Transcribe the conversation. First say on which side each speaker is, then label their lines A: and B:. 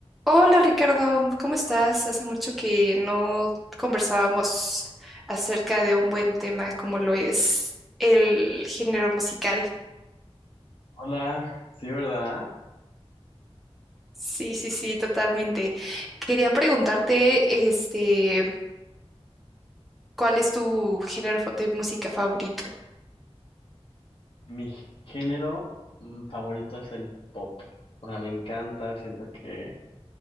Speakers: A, in the centre; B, on the left (about 60°).
A: Hola Ricardo, ¿cómo estás? Hace mucho que no conversábamos acerca de un buen tema como lo es el género musical.
B: Hola, sí, ¿verdad?
A: Sí, sí, sí, totalmente. Quería preguntarte, este, ¿cuál es tu género fa- de música favorito?
B: Mi género mm, favorito es el pop. O sea, me encanta, siento que,